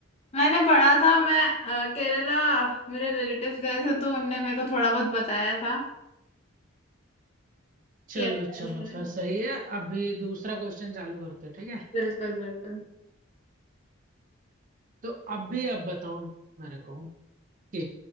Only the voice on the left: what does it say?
मैंने पढ़ा था मैं अ, केरला मेरे रिलेटिव्स गए थे तो उनने मेरे को थोड़ा बहुत बताया था
कि ऐसा
ऐसा है।
बिल्कुल बिल्कुल